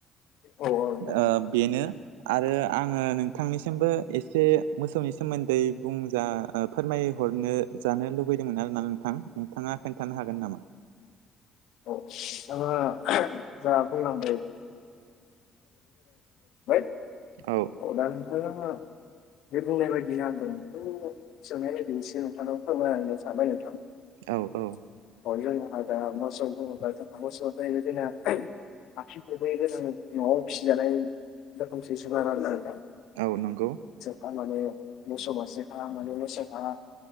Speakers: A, on the left (about 65°); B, on the right (about 80°).
A: औ नोंथां
B: ओ बेनो आरो आङो नोंथांनिसिमबो एसे मोसौनि सोमोन्दै बुंजा ओ फोरमाय हरनो जानो लुबैदोंमोन आरोना नोंथां नोंथाङा खोन्थानो हागोन नामा?
A: औ नोंथाङा जा बुंलांबाय <unintelligible>
B: औ
A: <unintelligible> <unintelligible>
B: औ औ
A: <unintelligible> आथिं थोंब्रै गोनां नवाव पिजानाय रोखोमसे जुनार आरोना नोंथां।
B: औ नंगौ।
A: हामाने मोसौ मासे <unintelligible>